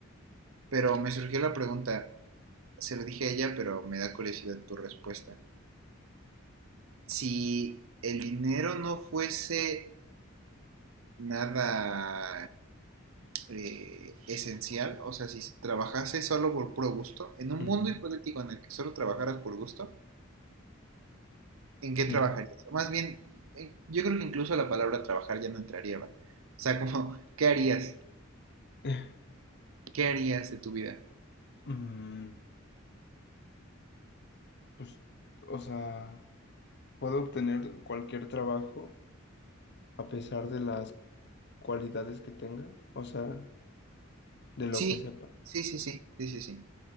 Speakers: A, on the right; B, on the left.
A: Pero me surgió la pregunta, se lo dije a ella, pero me da curiosidad tu respuesta. Si el dinero no fuese nada eh, esencial, o sea, si trabajase solo por puro gusto, en un
B: ujú,
A: mundo hipotético en el que solo trabajaras por gusto, ¿en qué
B: ujú.
A: trabajarías? O más bien, eh, yo creo que incluso la palabra trabajar ya no entraría, ¿va? O sea, como, <laughs> ¿qué harías?
B: <laughs>
A: ¿Qué harías de tu vida?
B: Mm, pues, o sea, puedo obtener cualquier trabajo a pesar de las cualidades que tenga, o sea, de lo
A: Sí,
B: que sepa.
A: sí, sí, sí, sí, sí, sí.